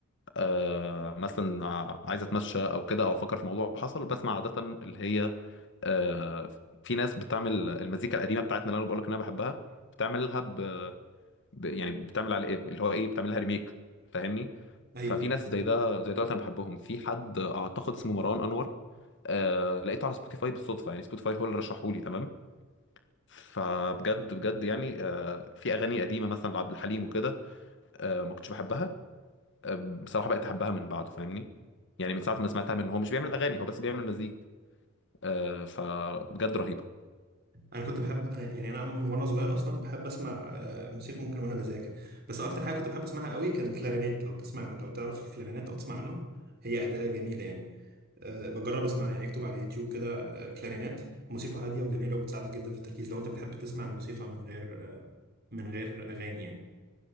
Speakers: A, on the left; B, on the right.
A: أه، مثلا عايز اتمشى او كده او افكر في موضوع حصل بسمع عاده اللي هي آه، في ناس بتعمل المزيكا القديمه بتاعتنا اللي انا بقول لك ان انا بحبها بتعملها ب... ب... يعني بتعمل على ايه اللي هو ايه بتعملها ريميك فاهمني
B: ايوه
A: ففي
B: أيوة.
A: ناس زي ده زي دولت انا بحبهم في حد اعتقد اسمه مروان انور آه... لقيته على سبوتيفاي بالصدفه يعني سبوتيفاي هو اللي رشحه لي تمام فبجد بجد يعني آه، في اغاني قديمه مثلا لعبد الحليم وكده آه، ما كنتش بحبها آه، بصراحه بقيت احبها من بعده فاهمني يعني من ساعه ما سمعتها منه هو مش بيعمل اغاني هو بس بيعمل مزيكا آه، فبجد رهيبه
B: انا كنت بحب انا يعني انا من وانا صغير اصلا بحب اسمع آه، موسيقى ممكن وانا بذاكر بس اكتر حاجه كنت بحب اسمعها قوي كان الكلارينيت لو تسمع لو تعرف الكلارينيت او تسمع عنه هي اداه جميله يعني أه بجرب اسمعها يعني اكتب على اليوتيوب كده أه كلارينيت موسيقى هاديه وجميله وبتساعدك جدا في التركيز لو انت بتحب تسمع الموسيقى من غير آه، من غير اغاني يعني